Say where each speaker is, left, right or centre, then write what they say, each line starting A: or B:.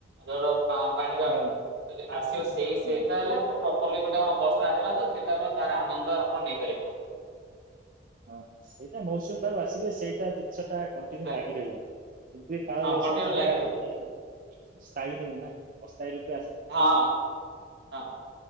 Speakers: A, on the right (about 65°); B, on the right (about 45°).
A: ଯୋଉଟ ପା ପାଣି ପାଗ
B: ହଁ
A: ଯଦି ଆସିବ ସେଇ ସେଇଟା
B: ହଁ।
A: ହେଲେ ପ୍ର କଲି ଗୋଟେ ହଁ ବର୍ଷା ହେଲା ତ ସେଇଟା ହେ ତାର ଆନନ୍ଦ ଆପଣ ନେଇପାରିବେ।
B: ହଁ ସେଇଟା ମୌସୁମୀ ବା ଆସିବେ ସେଇଟା ଜିନିଷ ଟା କଣ୍ଟିନ୍ୟୁ
A: ହେଲା।
B: ଲାଗି ରହିବ କିନ୍ତୁ ଏ କାଳବୈଶାଖୀ
A: ହଁ କଣ୍ଟିନ୍ୟୁ
B: ଟା
A: ଲାଗି ରହିବ
B: ମାନେ ସ୍ଥାୟୀ ନୁହେଁ ନା ଅସ୍ଥାୟୀ ର
A: ହଁ ହଁ।